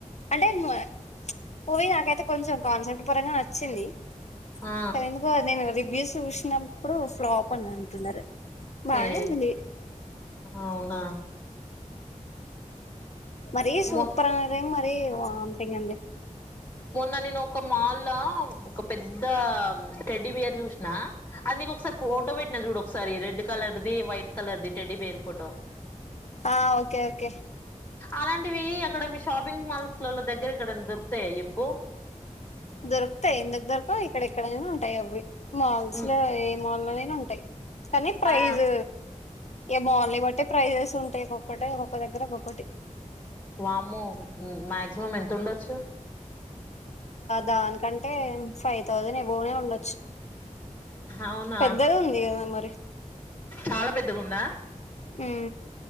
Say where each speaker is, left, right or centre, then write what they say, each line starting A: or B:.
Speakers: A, on the left; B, on the left.
A: అంటే ము ఇచ్ నాకైతే కొంచెం కాన్సెప్ట్ పరంగా నచ్చింది
B: ఆ
A: తర్ ఎందుకు నేను రివ్యూస్ చూసినప్పుడు ఫ్లాప్ అని అంటున్నారు బాగా
B: ఏ
A: ఉంది
B: అవునా
A: మరి సూపరన్నదే
B: మొ
A: మరి ఉ వొంటింగ్ అండి
B: మొన్న నేను ఒక మాల్ లో ఒక పెద్ద టెడ్డి బియర్ చూసిన అది నీక ఒకసారి ఫోటో పెట్టినా చూడు ఒకసారి రెడ్ కలర్ది వైట్ కలర్ది టెడ్డి బేర్ ఫోటో
A: ఆ ఓకే ఓకే
B: అలాంటివి అక్కడ మీ షాపింగ్ మాల్స్ లలో దగ్గర ఇక్కడ దొరుకుతాయా చెప్పు
A: దొరుకుతాయి ఇందుకు దొరక ఇక్కడ ఎక్కడైనా ఉంటాయి అవి మాల్స్
B: ఉమ్,
A: లో ఏ మాల్ అది ఉంటాయి కానీ ప్రైజ్
B: ఆ
A: ఏమో వాళ్లని బట్టే ప్రైజెస్ ఉంటాయి ఒక్కటే ఒకొక్క దగ్గర ఒక్కటి
B: వామ్మో మాక్సిమం ఎంత ఉండొచ్చు
A: దానికంటే ఫైవ్ థౌజండ్ ఎబొవ్నే ఉండొచ్చు
B: అవునా
A: పెద్దది ఉంది కదా మరి
B: చాలా పెద్దగా ఉందా
A: ఉ